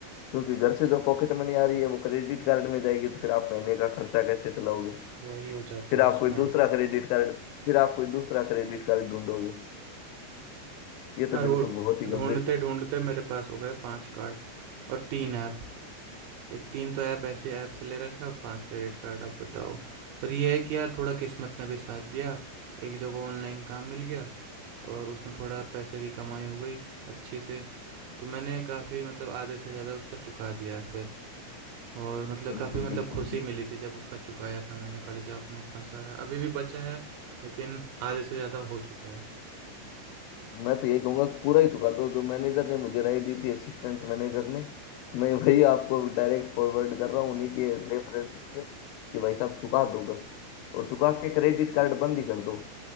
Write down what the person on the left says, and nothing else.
क्योंकि घर से जो पॉकेट मनी आ रही है वो क्रेडिट कार्ड में जाएगी तो फिर आप महीने का खर्चा कैसे चलाओगे
फिर
आप
कोई दूसरा क्रेडिट कार्ड फिर आप कोई दूसरा क्रेडिट कार्ड ढूंढोगे ये तो
बिल्कुल
बहुत ही गंभीर
समस्या
बिल्कुल
बिल्कुल
मैं तो ये कहूंगा कि पूरा ही चुका दो जो मैनेजर ने मुझे राय दी थी असिस्टेंट मैनेजर ने मैं वही आपको डायरेक्ट फॉरवर्ड कर रहा हूँ उन्हीं के रेफरेंस से कि भाई साहब चुका दो बस और चुका के क्रेडिट कार्ड बंद ही कर दो